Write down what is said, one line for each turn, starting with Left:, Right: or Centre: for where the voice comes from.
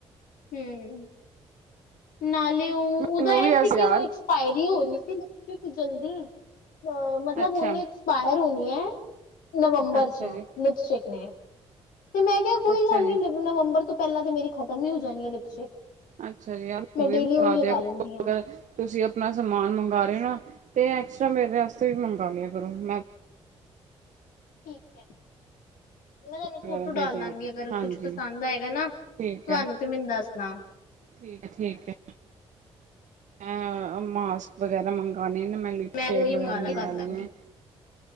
Left: ਹੂੰ ਨਾਲੇ ਉਹ ਉਦਾ
Right: ਮੈਨੂੰ ਵੀ
Left: ਐ
Right: ਐਸ
Left: ਸੀ ਕਿ
Right: ਯਾਰ।
Left: ਉਹ ਫਾਇਰੀ ਹੋ ਰਹੀ ਸੀ ਲਿਪਸਟਿਕ ਜਲਦੀ, ਅ ਮਤਲਬ
Right: ਅੱਛਾ,
Left: ਓਨੇ ਐਸਪਾਏਰ ਹੋਨੀ ਹੈ ਨਵੰਬਰ
Right: ਅੱਛਾ
Left: ਚ
Right: ਜੀ,
Left: ਲਿਪਸਟਿਕ ਨੇ ਤੇ ਮੈਂ ਕਿਆ ਕੋਈ
Right: ਅੱਛਾ
Left: ਗੱਲ
Right: ਜੀ।
Left: ਨੀ ਨਵੰਬਰ ਤੋ ਪੈਲਾਂ ਤੇ ਮੇਰੀ ਖਤਮ ਹੀ ਹੋ ਜਾਨੀ ਏ ਲਿਪਸਟਿਕ।
Right: ਅੱਛਾ ਜੀ
Left: ਮੈਂ ਡੇਲੀ ਉਹੀ ਲਗਾ ਲੈਂਦੀ ਹਾਂ
Right: ਤੁਸੀ ਅਪਨਾ ਸਮਾਨ ਮੰਗਾ ਰਏ ਓ ਨਾ, ਤੇ ਐਕਸਟਰਾ ਮੇਰੇ ਆਸਤੇ ਵੀ ਮੰਗਾ ਲਿਆ ਕਰੋ ਮੈ
Left: ਠੀਕ ਐ ਮੈ ਤਾਨੂੰ
Right: ਵਗੈਰਾ
Left: ਫੋਟੋ
Right: ਦੇ
Left: ਡਾਲ
Right: ਦਿਆ
Left: ਦਾਂਗੀ ਅਗਰ
Right: ਹਾਂਜੀ,
Left: ਕੁੱਛ ਪਸੰਦ ਆਏਗਾ ਨਾ
Right: ਠੀਕ
Left: ਤੋਵਾਨੂੰ
Right: ਹੈ,
Left: ਤੇ ਮੈਨੂੰ ਦੱਸਨਾ
Right: ਠੀਕ ਐ- ਠੀਕ ਐ, ਅ ਮਾਸਕ ਵਗੈਰਾ ਮੰਗਾਨੇ ਨੇ ਮੈਨ ਲਿਪ
Left: ਮੈਂ
Right: ਸ਼ੇਡ
Left: ਉਹੀ
Right: ਵਗੈਰਾ
Left: ਮੰਗਵਾ ਲਾ
Right: ਮੰਗਾਨੀ
Left: ਕਰ ਦਾਂਗੀ
Right: ਏ